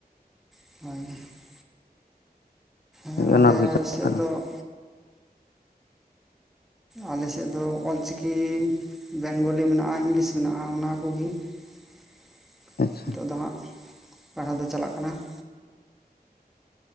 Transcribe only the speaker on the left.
ᱚᱱᱟ ᱠᱚᱜᱮ ᱪᱟᱞᱟᱜ
ᱠᱟᱱᱟ
ᱟᱪᱪᱷᱟ